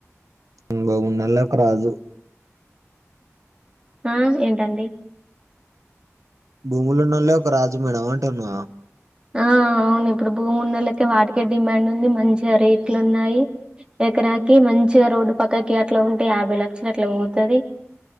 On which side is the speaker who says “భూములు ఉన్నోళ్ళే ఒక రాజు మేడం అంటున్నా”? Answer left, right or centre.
Right